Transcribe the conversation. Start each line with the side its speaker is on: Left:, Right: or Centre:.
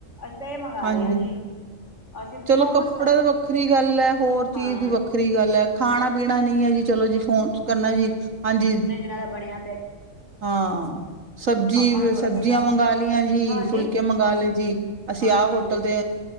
Left: ਅਸੀਂ ਤੇ ਏ ਮੰਗਾ
Right: ਹਾਂਜੀ
Left: ਰੇ ਆ ਜੀ। ਅਸੀਂ
Right: ਚਲੋ
Left: ਮੋਮੋਸ
Right: ਕੱਪੜਾ ਤ ਵੱਖਰੀ ਗੱਲ ਐ ਹੋਰ ਚੀਜ਼
Left: ਹਾਂ।
Right: ਦੀ ਵੱਖ ਵੱਖਰੀ ਗੱਲ ਐ ਖਾਨਾ- ਪੀਨਾ ਨੀ ਐ ਜੀ ਚਲੋ ਜੀ ਫੋਨ ਕਰਨਾ ਜੀ ਹਾਂਜੀ।
Left: ਮੇਰਾ ਤਾ ਬਨੇਆ
Right: ਹਾਂ ਸਬਜ਼ੀ
Left: ਆਪਾਂ ਨੂੰ ਥੋੜ੍ਹਾ
Right: ਸਬਜ਼ੀਆਂ
Left: ਪਤਾ,
Right: ਮੰਗਾ ਲਈਆਂ ਜੀ
Left: ਹਾਂਜੀ,
Right: ਫੁਲਕੇ ਮੰਗਾਲੇ ਜੀ। ਅਸੀਂ
Left: ਹਾਂਜੀ,
Right: ਆਹ ਹੋਟਲ
Left: ਹਾਂਜੀ,
Right: ਤੇ